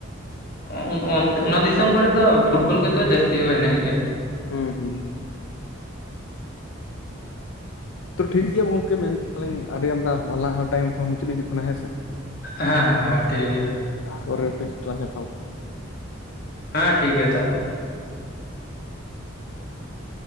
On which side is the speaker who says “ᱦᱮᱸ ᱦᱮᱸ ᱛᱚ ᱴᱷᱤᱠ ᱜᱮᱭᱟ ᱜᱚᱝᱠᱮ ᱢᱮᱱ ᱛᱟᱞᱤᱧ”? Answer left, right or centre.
Left